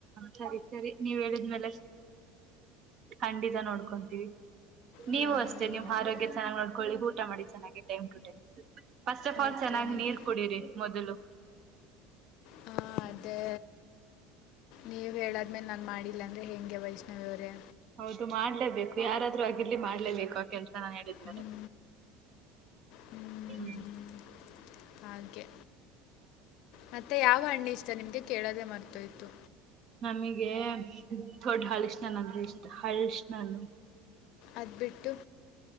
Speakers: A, on the right; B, on the left.
A: ಸರಿ ಸರಿ ನೀವ್ ಹೇಳಿದ್ಮೇಲೆ ಖಂಡಿತ ನೋಡ್ಕೊಂತೀವಿ ನೀವು
B: ಹಾಂ
A: ಅಷ್ಟೇ ನಿಮ್ಮ್ ಆರೋಗ್ಯ ಚೆನ್ನಾಗಿ ನೋಡ್ಕೊಳ್ಳಿ ಊಟ ಮಾಡಿ ಚನ್ನಾಗಿ time to time first of all
B: okay
A: ಚೆನ್ನಾಗ್
B: ನೀವು
A: ನೀರ್ ಕುಡೀರಿ ಮೊದಲು
B: ಹಾ ಅದೇ ನೀವ್ ಹೇಳಾದ್ಮೇಲೆ ನನ್ ಮಾಡಿದ ಇಲ್ಲಾಂದರೆ ಹೆಂಗೆ ವೈಷ್ಣವಿಯವರೇ
A: ಹೌದು ಮಾಡ್ಲೇಬೇಕು ಯಾರಾದ್ೂ ಆಗಿರ್ಲಿ ಮಾಡ್ಲೇಬೇಕು ಆ ಕೆಲ್ಸನ ಹೇಳಿದ್ಮೇಲೆ
B: ಹ್ಞೂ ಹ್ಞೂ
A: ಹ್ಮ
B: ಹಾಗೆ ಮತ್ತೆ ಯಾವ ಹಣ್ಣಿ ಇಷ್ಟ ನಿಮ್ಗೆ ಕೇಳೋದೆೇ ಮರ್ತೋಯ್ತತ್ತು
A: ನಮಗೆ ದೊಡ್ ಹಲಸಿನ ಹಣ್ಣು ಅಂದ್ರೆ ಇಷ್ಟ ಹಳ್ಿಸ ನ್ಣು
B: ಅದ್ ಬಿಟ್ಟು